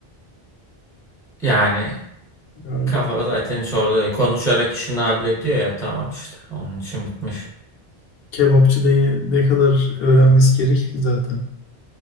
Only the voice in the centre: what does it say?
Yani
kafa zaten hiç orada değil. Konuşarak işini hallediyor ya tamam işte onun için bitmiş.